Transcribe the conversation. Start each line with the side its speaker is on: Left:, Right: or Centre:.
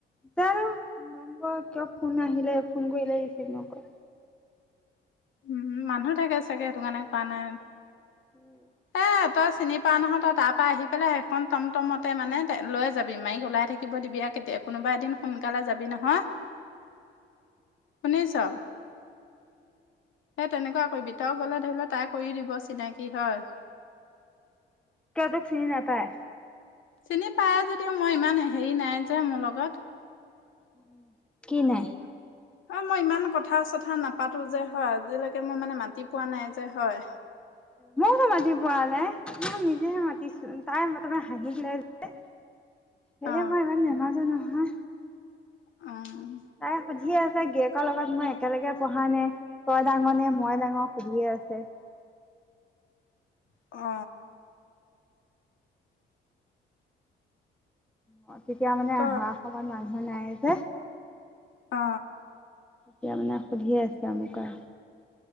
Centre: জানো, নম্বৰ কিয় ফোন আহিলে, ফোন কৰিলে ৰিচিভ নকৰে।
Left: উম, মানুহ থাকে চাগে, সেইটো কাৰণে উঠোৱা নাই।
Centre: উম,
Left: এই, তই চিনি পোৱা নহয়, তই তাৰ পৰা আহি পেলাই সেইখন টমটমতে, মানে লৈ যাবি মায়েক ওলাই থাকি থাকিব দিবি কেতিয়া কোনোবা এদিন সোনকালে যাবি নহয়, শুনিছ? সেই তেনেকুৱা কৰিবি, তই গলে ধৰি ল, তাই কৰি দিব চিনাকি হয়।
Centre: কিয়, তোক চিনি নাপায়?
Left: চিনি পায় যদিও, মই ইমান হেৰি নাই যে, মোৰ লগত।
Centre: উম, কি নাই?
Left: হয়, মই ইমান কথা-চথা নাপাতো যে হয়, আজিলৈকে মই মানে মাতি পোৱা নাই যে হয়।
Centre: ময়তো মাতি পোৱা নাই, মই নিজেহে মাতিছো তাই প্ৰথমে হাঁহি লয় যে। হে,
Left: অ
Centre: মই ইমান নামাটো নহয়।
Left: উম,
Centre: তাই সুধিয়ে আছে, গিয়েকৰ লগত মই একেলগে পঢ়া নে? তই ডাঙৰ নে, মই ডাঙৰ, সুধিয়ে আছে।
Left: অ,
Centre: অ, তেতিয়া মানে
Left: ক
Centre: অহা, সময়ত মানুহ নাই যে।
Left: অ,
Centre: এতিয়া মানে, সুধিয়ে আছে মোক আৰু।